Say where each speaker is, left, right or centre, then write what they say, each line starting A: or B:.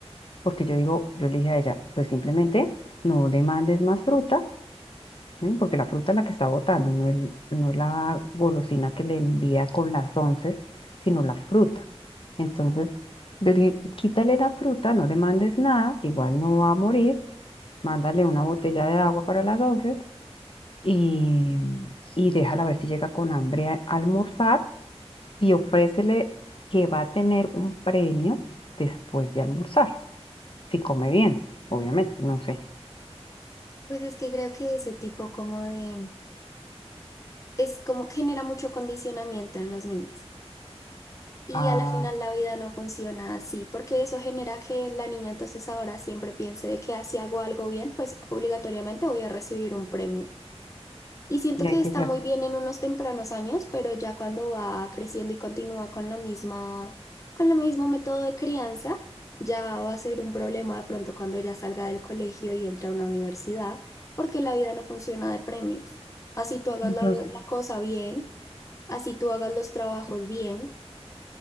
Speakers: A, on the left; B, on the left.
A: Porque yo digo, yo le dije a ella, pues simplemente no le mandes más fruta Mm, Porque la fruta es la que está botando, no, el, no la golosina que le envía con las once, sino la fruta. Entonces, dele- quítale la fruta, no le mandes nada, igual no va a morir, mándale una botella de agua para las once y, y déjala ver si llega con hambre a a almorzar y ofrécele que va a tener un premio después de almorzar, si come bien, obviamente, no sé.
B: Pues es que creo que ese tipo como de es como que genera mucho condicionamiento en los niños. Y
A: Ah,
B: a la final la vida no funciona así, porque eso genera que la niña entonces ahora siempre piense de que ah, si hago algo bien, pues obligatoriamente voy a recibir un premio. Y siento
A: y
B: que
A: hay que
B: está muy bien en unos tempranos años, pero ya cuando va creciendo y continúa con la misma, con el mismo método de crianza, ya va a ser un problema de pronto cuando ya salga del colegio y entre a una universidad, porque la vida no funciona de premios. Así tú hagas la
A: hacer.
B: la cosa bien. Así tú hagas los trabajos bien,